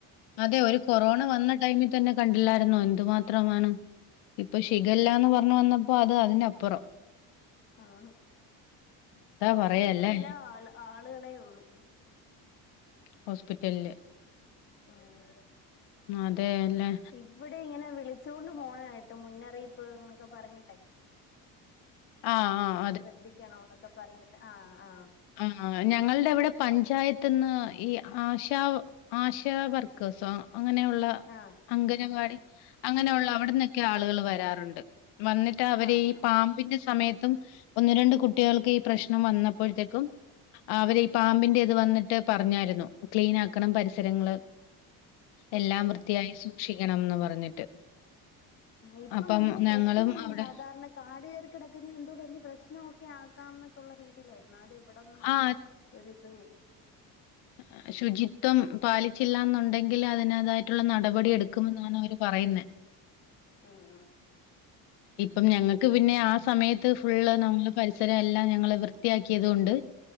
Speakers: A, on the left (about 80°); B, on the left (about 30°).
A: അതെ ഒരു കൊറോണ വന്ന് ടൈമിൽ തന്നെ കണ്ടില്ലായിരുന്നോ എന്തു മാത്രമാണ് ഇപ്പ ശിഖല്ലാന്ന് പറഞ്ഞു വന്നപ്പോ അത് അതിനപ്പു പ്പുറം
B: ആണ് ഹോസ്പിറ്റലിൽ
A: പറയാ അല്ലേ
B: എല്ലാ ആൾ ആളുകളെ ഒള്ളൂ
A: ഹോസ്പിറ്റലില്
B: ഉം
A: അതെ യലെ
B: ഇവിടെ ഇങ്ങനെ വിളിച്ചോണ്ട് പോണെ കേട്ട് മുന്നറിയിപ്പ് ന്നൊക്കെ പറഞ്ഞിട്ടെ
A: ആഹ് ആഹ്
B: ശ്രദ്ധിക്കണം ന്നൊക്കെ പറഞ്ഞിട്ട് ആഹ് ആഹ്
A: ആ ആ ഞങ്ങളുടെ ഇവിടെ പഞ്ചായത്ത്ന്ന് ഈ ആശാ ആശ വർക്കേഴ്സോ അങ്ങനെയുള്ള
B: ആഹ്
A: അംഗനവാടി അങ്ങനെയുള്ള അവിട് ന്നൊ ക്കെ ആളുകൾ വരാറുണ്ട് വന്നിട്ട് അവര്
B: ആഹ് ആഹ്
A: ഈ പാമ്പിന്റെ സ് സമയത്തും ഒന്ന് രണ്ട് കുട്ടികൾക്ക് ഈ പ്രശ്നം വന്നപ്പോഴ് ത്തേക്കും അവര് ഈ പാമ്പിന്റെ ഇത് വന്നിട്ട് പറഞ്ഞായിരുന്നു ക്ലീനാക്കണം പരിസരങ്ങള് എല്ലാം
B: ഓഹോ
A: വൃത്തിയായി സൂക്ഷിക്കണംന്ന് പറഞ്ഞിട്ട്
B: മെയ് പ്പ
A: അപ്പം
B: വല്യാ പ്രശ്നമാ
A: ഞങ്ങളും അവിടെ
B: സാധാരണ കാടു കേറി കിടക്കുന്ന എന്തോ വല്യ പ്രശ്ണക്കെ ആക്കാം ന്നൊക്കെള്ള രീതിയിലായി ന്നാലും ഇവിടെന്നും
A: ആ
B: ഒരിത് വീണ്
A: ഏഹ് ശുചിത്വം പാലിച്ചില്ല ന്നുണ്ടെങ്കിൽ അതിനക തായിട്ടുള്ള നടപടി എടുക്കുമെന്നാണ് അവര് പറയുന്നെ
B: ആഹ് ആഹ്
A: ഇപ്പം ഞങ്ങക്ക് പിന്നെ ആ സമയത്ത് ഫുള്ള് നമ്മളെ പരിസരം എല്ലാം ഞങ്ങള് വൃത്തിയാക്കിയത്കൊണ്ട്